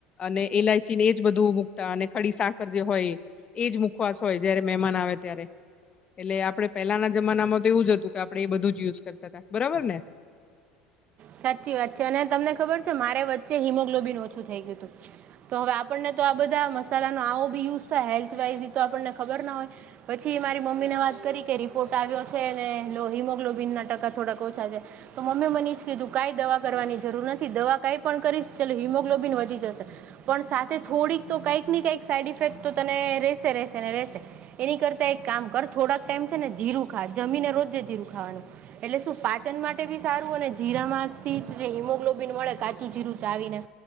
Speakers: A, on the left; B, on the right.
A: અને ઈલાયચીને એજ બધું મૂકતા અને ખડી સાકર જે હોય એજ મુખવાસ હોય જયારે મહેમાન આવે ત્યારે એટલે આપડે પેલાના જમાના માં તો એવું જ હતું કે આપણેે એ બધું જ યુઝ કરતા હતા બરાબર ને
B: સાચી વાત છે અને તમને ખબર છે મારે વચ્ચે હિમોગ્લોબિન ઓછું થઈ ગયું હતું. તો હવે આપણને તો આ બધા મસાલાનો આવો બી યુઝ થાય હેલ્થ વાઈઝ આપણને ખબર ના હોય પછી મારી મમ્મીને વાત કરી કે રિપોર્ટ આવ્યો છે ને લો હિમોગ્લોબિનના ટકા થોડાક ઓછા છે. તો મમ્મી મની જ કીધું કાઈ દવા કરવાની જરૂર નથી દવા કઈ પણ કરીશ ચાલ હિમોગ્લોબિન વધી જશે. પણ સાથે થોડીક તો કઈક ને કઈક સાઈડ ઇફેક્ટ તો તને રેશે રેશે ને રેશે એની કરતા એક કામ કર થોડાક ટાઈમ છે ને જીરું ખા જમીને રોજ જીરું ખાવાનું એટલે શું પાચન માટે બી સારું અને જીરામાંથી હિમોગ્લોબિન મળે કાચું જીરું ચાવી ને